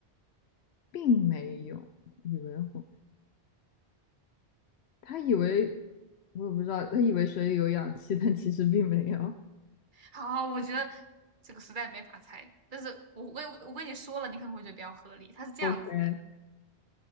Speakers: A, on the left; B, on the right.
A: 并没有，以为活，他以为我也不知道，他以为水里有氧气，但其实并没有。
B: 好，我觉得这个实在没法猜。但是我我我跟你说了，你可能会觉得比较合理。它是这样子的，
A: OK，